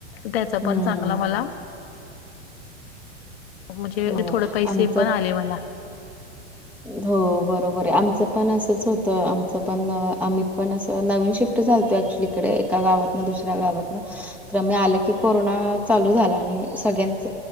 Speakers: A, on the left (about 55°); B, in the centre.
A: त्याचा
B: हम्म
A: पण चांगला मला म्हणजे
B: हो
A: थोडं पैसे
B: आमचं
A: पण आले मला.
B: हो बरोबर आमचं पण असंच होतं आमचं पण आम्ही पण असं नवीन शिफ्ट तो क्चुलीकडे एका गावात दुस्या गावात तर मी आललं की कोरोना चालू झाला आणि सगळ्यांच